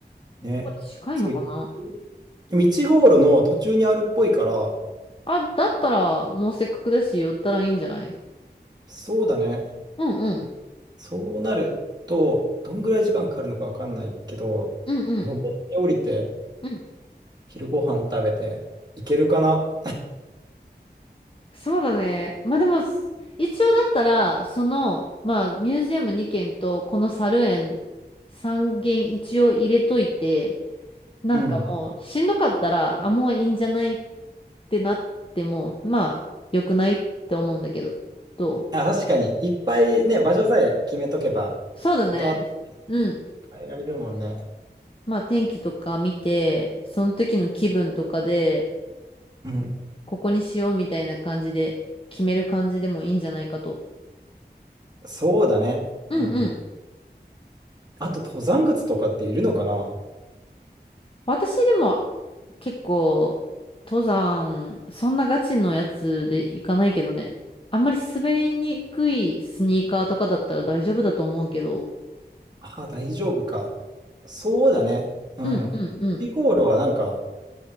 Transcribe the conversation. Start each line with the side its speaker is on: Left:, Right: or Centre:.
Right: ね。
Left: ここ近いのかな
Right: そう、いでも1号路の途中にあるっぽいから、
Left: あ、だったらもうせっかくだし寄ったらいいんじゃない
Right: そうだね。
Left: うんうん。
Right: そうなると、どんぐらい時間かかるのかわかんないけど、
Left: うんうん。
Right: 登って降りて、
Left: うん
Right: 昼ご飯食べて、いけるかな
Left: そうだね。まあでも、す一応だったら、その、まあミュージアム2軒とこの猿園3軒一応入れといて、なんかもうしんどかったら、
Right: <laughs> うん。
Left: あ、もういいんじゃないってなっても、まあ良くないって思うんだけど、どう
Right: あ、確かに、いっぱいね、場所さえ決めとけば、
Left: そうだね。
Right: 後々
Left: うん。
Right: 変えられるもんね。
Left: まあ天気とか見て、その時の気分とかで、
Right: うん。
Left: ここにしようみたいな感じで決める感じでもいいんじゃないかと。
Right: そうだね。
Left: うんうん。
Right: うん。あと、登山靴とかっているのかな
Left: 私でも結構登山、そんなガチのやつで行かないけどね。あんまり滑りにくいスニーカーとかだったら大丈夫だと思うけど。
Right: あ、大丈夫か。そうだね。うん。
Left: うんうんうん。
Right: イコールはなんか、